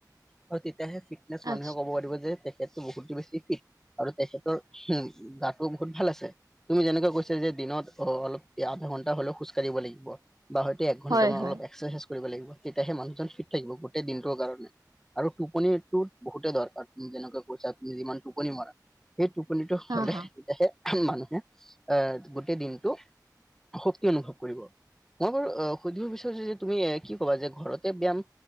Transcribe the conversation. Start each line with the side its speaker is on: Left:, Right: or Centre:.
Centre: আৰু তেতিয়াহে ফিট ফিটনেছ মানুহে
Right: আচ্ছা
Centre: ক'ব পাৰিব যে তেখেত বহুতেই বেছি ফিট। আৰু তেখেতৰ উম, গাটো বহুত ভাল আছে। তুমি যেনেকৈ কৈছা যে দিনত অ', অলপ এ আধা ঘণ্টা হলেও খোজ কাঢ়িব লাগিব। বা হয়তো এক ঘণ্টামান
Right: হয় হয়
Centre: অলপ এক্সাৰচাইজ কৰিব লাগিব, তেতিয়াহে মানুহজন ফিট থাকিব গোটেই দিনটোৰ কাৰণে। আৰু টোপনিটো বহুতো দৰকাৰ, তুমি যেনেকৈ কৈছা তুমি যিমান টোপনি মৰা টোপনিত হলেহে,
Right: হা হা।
Centre: মানুহে আহ গোটেই দিনটো শক্তি অনুভৱ কৰিব। মই বাৰু সুধিব বিচাৰিছো যে তুমি এ কি ক'বা যে ঘৰতে ব্যায়াম